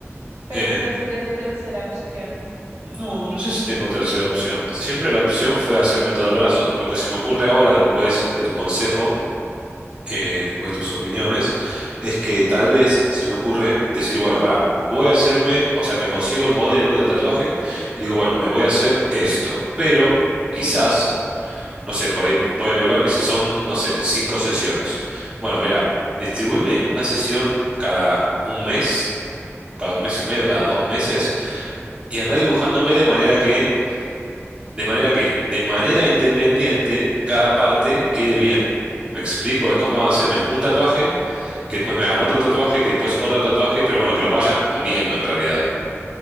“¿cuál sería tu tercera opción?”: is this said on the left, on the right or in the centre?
Right